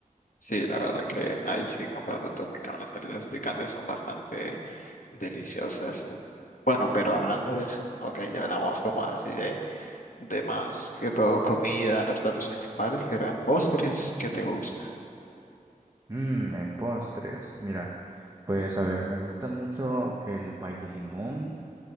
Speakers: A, on the left; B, on the right.
A: Sí, la verdad que ahí sí comparto tu opinión. Las salidas picantes son bastante deliciosas. Bueno, pero hablando de eso, ok, ya hablamos como así de, de más que todo comida, los platos principales, pero en postres, ¿qué te gusta?
B: Mmm, en postres, mira, pues a ver, me gusta mucho el pay de limón.